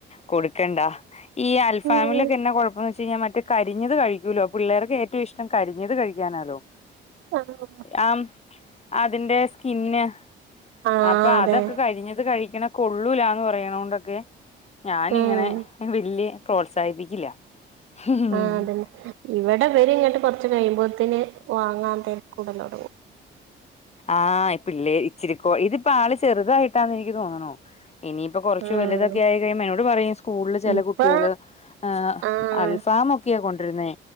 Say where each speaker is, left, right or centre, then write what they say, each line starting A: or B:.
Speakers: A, on the left; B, on the right.
A: കൊടുക്കണ്ട ഈ അൽഫാമിലും
B: ഉം
A: എന്നാ കൊഴപ്പംന്ന് വെച്ചഴിഞ്ഞാ മറ്റേ കരിഞ്ഞത് കഴിക്കൂല്ലോ പിള്ളേർക്ക് ഏറ്റവും ഇഷ്ടം കരിഞ്ഞത് കഴിക്കാനാലോ
B: <unintelligible>
A: ആം അതിന്റെ സ്കിന്ന്
B: ആഹ്
A: അപ്പൊ
B: അതെ
A: അതൊക്കെ കരിഞ്ഞത് കഴിക്കണ കൊള്ളൂലാന്ന് പറയണൊണ്ടൊക്കെ ഞാനിങ്ങനെ
B: ഉം
A: വല്യ പ്രോത്സാഹിപ്പിക്കില്ല ഉം
B: ആഹ് അതന്നെ ഇവിടെ ഇവര് ഇങ്ങോട്ട് കുറച്ച് കഴിയുമ്പോത്തന് വാങ്ങാ തെരക്ക് കൂടുലോടങ്ങും
A: ആഹ് പിള്ളേ ഇച്ചിരിക്കോ ഇതിപ്പോ ആള് ചെറുതായിട്ടാന്ന് എനിക്ക് തോന്നണു ഇനി പ്പൊ കൊറച്ച്
B: ആഹ്
A: വലുതൊക്കെ ആയി കഴിയ്പം എന്നോട് പറയും സ്കൂളില് ചെല
B: ഇപ്പൊ
A: കുട്ടികള് ആഹ്
B: ആഹ്
A: അൽഫാമൊക്കെയാ കൊണ്ടരുന്നേ